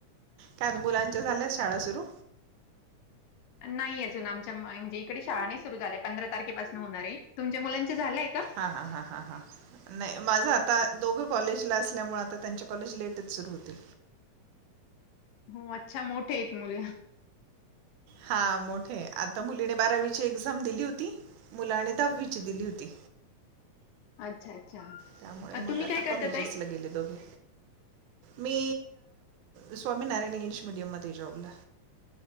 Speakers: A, on the right; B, on the left.
A: काद मुलांच्या झाल्या शाळा सुरू.
B: नाही अजून आमच्या म्हणजे इकडे शाळा नाही सुरू झाल्याय पंधरा तारखेपासून होणार आहे तुमच्या मुलांच झालंय का.
A: हा हा हा हा हा. नाही माझ आता दोघं कॉलेजला असल्यामुळे आता त्यांच्या कॉलेज लेटच सुरू होतील.
B: हो अच्छा मोठे आहेत मुल.
A: हा मोठे आता मुलीने बारावीची एक्झाम दिली होती मुलाने दहावीची दिली होती.
B: अच्छा अच्छा.
A: त्यामुळे
B: अ,
A: मग
B: तुम्ही
A: आता
B: काय करता
A: कॉलेजेसला
B: ताई
A: गेले दोघे. मी स्वामीनारायण इंग्लिश मिीडियमध्ये जॉबला.